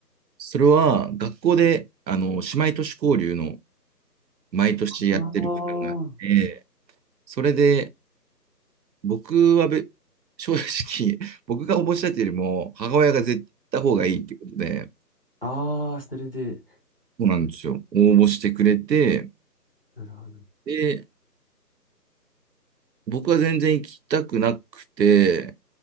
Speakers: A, on the right; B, on the left.
A: それは学校で、あの、姉妹都市交流の毎年やってるプランがあって、
B: ああ。
A: それで僕はべ正直、<laughs> 僕が応募したっていうよりも、母親が絶対行った方がいいってことで、
B: ああ、それで、
A: そうなんですよ。応募してくれて、
B: なるほど。
A: で、僕は全然行きたくなくて、